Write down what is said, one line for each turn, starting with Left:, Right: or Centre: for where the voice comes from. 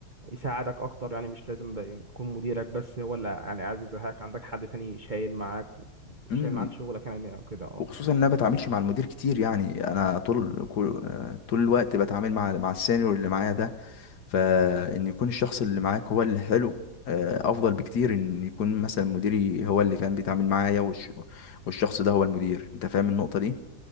Right: يساعدك اكتر يعني مش لازم بقى يكون مديرك بس هو اللي يعني قاعد يزهقك عندك حد تاني شايل معاك
Left: مم.
Right: شايل معاك شغلك يعني كده اه
Left: وخصوصا إن أنا بتعاملش مع المدير كتير يعني أنا طول كل... آه، طول الوقت بتعامل مع مع السينيور اللي معايا ده فان يكون الشخص اللي معاك هو اللي حلو آه، افضل بكتير ان يكون مثلا مديري هو اللي كان بيتعامل معايا والش... والشخص ده هو المدير انت فاهم النقطة دي